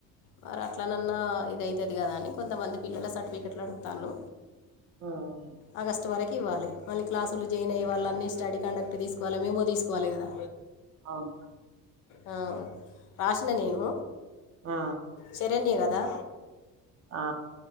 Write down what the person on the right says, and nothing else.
మ్
అవును
ఆ
ఆ